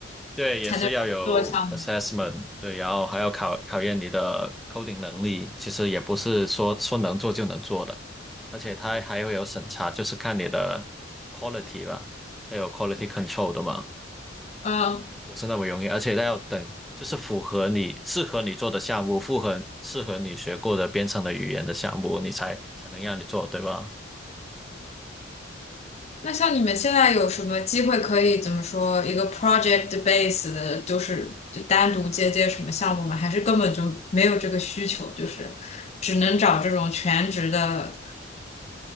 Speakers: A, in the centre; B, on the left.
A: 对，
B: 才能做项目，
A: 也是要有 assessment，对，然后还要考考验你的 coding 能力，其实也不是说说能做就能做的，而且它还会有审查，就是看你的 quality 吧，它有 quality control 的嘛。
B: 嗯，
A: 不是那么容易，而且它要等，就是符合你适合你做的项目，符合适合你学过的编程的语言的项目，你才才能让你做，对吧？
B: 那像你们现在有什么机会可以怎么说一个 project base 的，就是就单独接接什么项目吗？还是根本就没有这个需求，就是只能找这种全职的